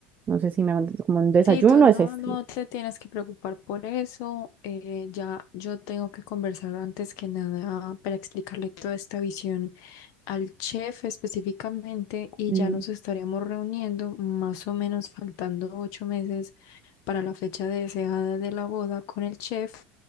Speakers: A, on the right; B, on the left.
A: No sé si me van como un desayuno,
B: Sí, tú no,
A: es este.
B: no te tienes que preocupar por eso. eh, ya yo tengo que conversar antes que nada para explicarle toda esta visión al chef específicamente y
A: Li-
B: ya nos estaríamos reuniendo más o menos faltando ocho meses para la fecha deseada de la boda con el chef